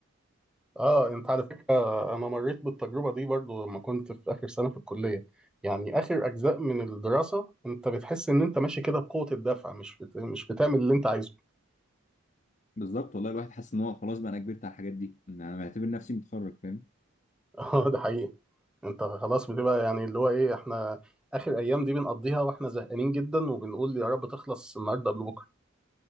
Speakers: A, in the centre; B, on the left.
A: اه انت على فكره انا مريت بالتجربه دي برضو لما كنت في اخر سنه في الكليه يعني اخر اجزاء من الدراسه انت بتحس ان انت ماشي كده بقوه الدفع مش بت... مش بتعمل اللي انت عايزه
B: بالظبط والله الواحد حاسس إن هو خلاص بقى أنا كبرت على الحاجات دي إن أنا بعتبر نفسي متخرج فاهم
A: <laughs> اه ده حقيقي انت خلاص بتبقى يعني اللي هو ايه احنا اخر ايام دي بنقضيها واحنا زهقانين جدا وبنقول يا رب تخلص النهارده قبل بكره